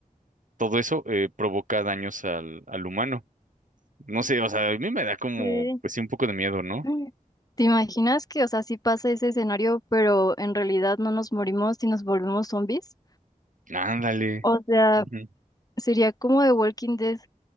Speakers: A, on the right (about 65°); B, on the left (about 25°).
A: todo eso eh, provoca daños al, al humano. No sé, o sea, a mí me da como,
B: ¿Qué?
A: pues sí, un poco de miedo, ¿no?
B: <clears throat> ¿Te imaginas que, o sea, sí pasa ese escenario, pero en realidad no nos morimos y nos volvemos zombies?
A: Ándale.
B: O sea,
A: Ujú.
B: sería como de Walking Dead